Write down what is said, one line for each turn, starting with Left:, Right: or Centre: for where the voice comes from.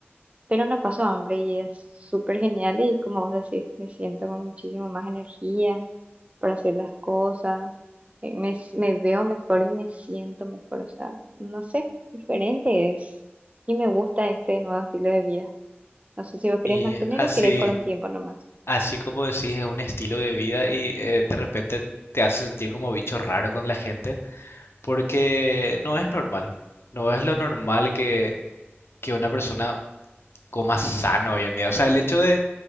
Right: pero no paso hambre y es súper genial y como vos decís, me siento con muchísima más energía para hacer las cosas, eh, me, s- me veo mejor y me siento mejor, o sea, no sé, diferente es y me gusta este nuevo estilo de vida. No sé si vos querés
Left: Y
Right: mantener
Left: así,
Right: o querés por un tiempo nomás.
Left: así como decís, es un estilo de vida y eh, de repente te hace sentir como bicho raro con la gente, porque no es normal. No es lo normal que, que una persona coma sano hoy en día. O sea, el hecho de,